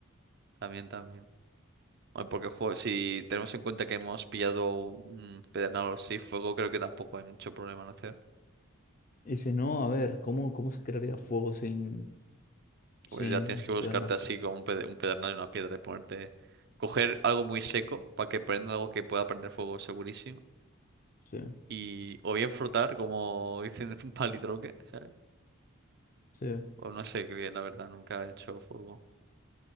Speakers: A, on the right; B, on the left.
A: también, también. Bueno, porque jo, si tenemos en cuenta que hemos pillado un pedernal así, fuego, creo que tampoco hay mucho problema en hacer.
B: Y si no, a ver, ¿cómo, cómo se crearía fuego sin, sin
A: Pues ya tienes que buscarte
B: pederna?
A: así como un, pede- un pedernal y una piedra y ponerte... Coger algo muy seco para que prenda algo que pueda prender fuego segurísimo.
B: Sí,
A: Y o bien frotar, como dicen, <laughs> un palitroque, ¿sabes?
B: sí.
A: O no sé, que la verdad, nunca he hecho fuego.